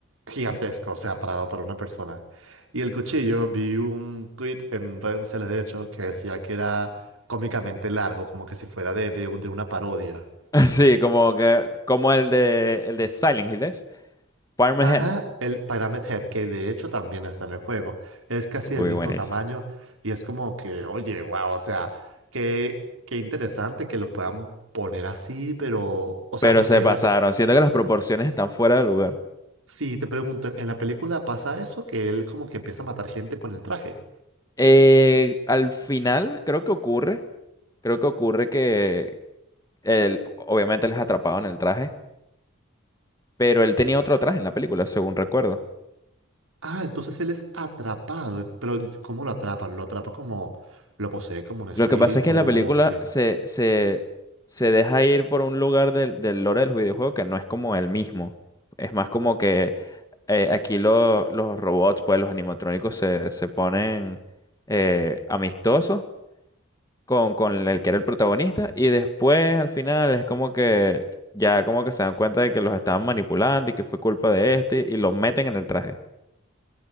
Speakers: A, on the right (about 85°); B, on the left (about 15°).
A: gigantesco, o sea, para, para una persona. Y el cuchillo, vi un tweet en redes sociales, de hecho, que decía que era cómicamente largo, como que si fuera de, de, de una parodia.
B: <laughs> Sí, como que, como el de el de Silent Hill, ¿es? Parma
A: Ajá,
B: Hell.
A: el Pyramid Head, que de hecho también está en el juego, es casi
B: Uy,
A: del mismo
B: buenísimo.
A: tamaño y es como que, oye, wow, o sea, qué, qué interesante que lo puedan poner así, pero, o sea,
B: Pero
A: no
B: se
A: sé, en
B: pasaron.
A: la, pe-
B: Siento que las proporciones están fuera de lugar.
A: Sí, te pregunto, en la película pasa eso, que él como que empieza a matar gente con el traje.
B: Eh, al final, creo que ocurre. Creo que ocurre que él, obviamente, les atrapado en el traje. Pero él tenía otro traje en la película, según recuerdo.
A: Ah, entonces él es atrapado, pero ¿cómo lo atrapa? ¿Lo atrapa como, lo posee como un espíritu
B: Lo que pasa es que en
A: o
B: la película
A: qué?
B: se, se, se deja ir por un lugar del, del lore del videojuego que no es como el mismo. Es más como que eh, aquí lo- los robots, pues los animatrónicos se, se ponen eh, amistosos con, con el que era el protagonista y después al final es como que ya como que se dan cuenta de que los estaban manipulando y que fue culpa de este y los meten en el traje.